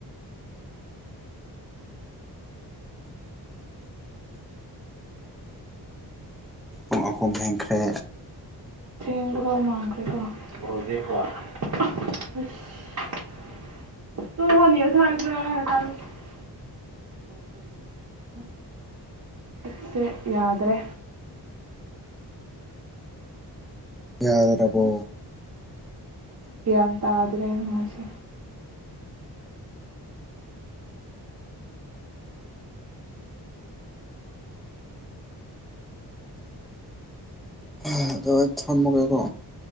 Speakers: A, in the centre; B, on the right.
A: ꯑꯩꯈꯣ ꯍꯦꯡꯈ꯭ꯔꯦ
B: <unintelligible> ꯏꯁꯁꯦ ꯌꯥꯗ꯭ꯔꯦ
A: ꯌꯥꯗ꯭ꯔꯔꯕꯣ
B: ꯒ꯭ꯌꯥꯟ ꯇꯥꯗ꯭ꯔꯦ ꯃꯣꯏꯁꯦ
A: ꯑꯗꯣ ꯑꯩ ꯊꯝꯃꯨꯒꯦꯀꯣ